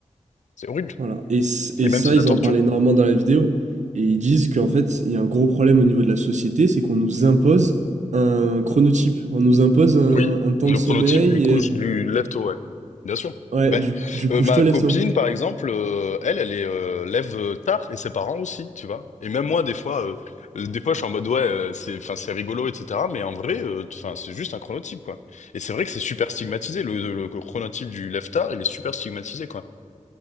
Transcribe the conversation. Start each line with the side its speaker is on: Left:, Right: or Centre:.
Left: C'est horrible.
Right: Voilà. Et, c- et
Left: Et même,
Right: ça,
Left: c'est de
Right: ils
Left: la torture.
Right: en parlent énormément dans la vidéo. Et ils disent qu'en fait, il y a un gros problème au niveau de la société, c'est qu'on nous impose un chronotype. On nous impose un,
Left: Oui,
Right: un temps
Left: le
Right: de sommeil.
Left: chronotype du couche
Right: Et...
Left: du lève-tôt, ouais. Bien sûr.
Right: Ouais,
Left: Mais,
Right: du, cou- du couche-toi,
Left: euh, ma copine,
Right: lève-toi.
Left: par exemple, euh, elle, elle est euh, lève euh, tard et ses parents aussi, tu vois. Et même moi, des fois, euh, euh, des fois, je suis en mode ouais, euh, c'est, enfin, c'est rigolo, etc. Mais en vrai, euh, enfin, c'est juste un chronotype, quoi. Et c'est vrai que c'est super stigmatisé. Le, le chronotype du lève tard, il est super stigmatisé, quoi.